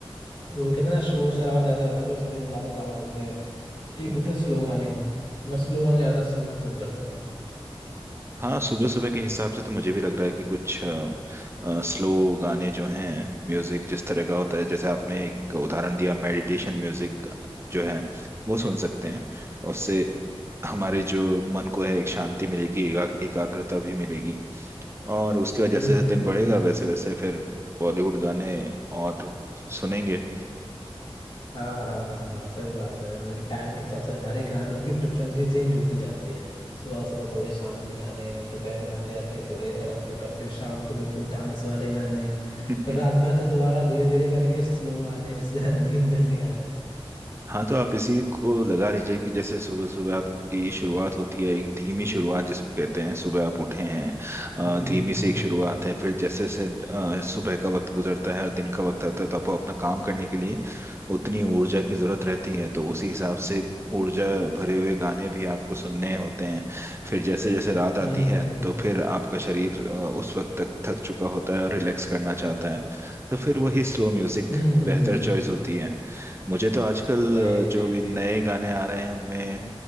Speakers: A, on the left; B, on the right.
A: वो कहते हैं ना शोर शराबा ज्यादा होता है जो थोड़े ज्यादा लाउड होते हैं एक
B: हम्म।
A: होते हैं स्लो गाने मैं स्लो गाने ज्यादा सुनना पसंद करता हूँ
B: हाँ सुबह सुबह के हिसाब से तो मुझे भी लग रहा है कि कुछ स्लो गाने जो हैं म्यूजिक जिस तरह का होता है जैसे आपने एक उदाहरण दिया मेडिटेशन म्यूजिक जो है वो सुन सकते हैं उससे हमारे जो मन को है एक शांति मिलेगी एका, एकाग्रता भी मिलेगी और उसके बाद जैसे
A: हम्म हम्म
B: जैसे दिन
A: हम्म
B: बढ़ेगा
A: हम्म हम्म।
B: वैसे वैसे फिर बॉलीवुड गाने और सुनेंगे
A: हाँ हाँ हाँ हाँ सही बात है मतलब टाइम के हिसाब से हमारे गानों की प्रेफरेंस भी चेंज होती जाती है सुबह सुबह थोड़े शांत गाने दोपहर में आते आते थोड़े तड़कते फड़कते शाम को बिल्कुल डांस वाले गाने
B: <laughs>
A: फिर रात में आते दोबारा धीरे धीरे करके स्लो गाने जिससे <laughs> नींद जल्दी आ जाए
B: हाँ तो आप इसी को लगा लीजिए कि जैसे सुबह सुबह आपकी शुरुआत होती है एक धीमी शुरुआत जिसको कहते हैं सुबह आप उठे हैं अ,
A: हम्म
B: धीमी
A: हम्म
B: से
A: हम्म
B: एक शुरुआत है फिर जैसे जैसे सुबह का वक्त गुजरता है और दिन का वक्त आता है तो आपको अपना काम करने के लिए उतनी ऊर्जा की जरूरत रहती है तो उसी हिसाब से ऊर्जा भरे हुए गाने भी आपको सुनने होते हैं फिर जैसे जैसे रात आती
A: हम्म
B: है
A: हम्म
B: तो फिर आपका शरीर अ, उस वक्त तक थक चुका होता है और रिलैक्स करना चाहता है तो फिर वही स्लो म्यूजिक
A: हम्म हम्म
B: बेहतर
A: हम्म, हम्म,
B: चॉइस होती है मुझे तो आजकल
A: वही वही
B: अ, जो भी नए गाने आ रहे हैं उनमें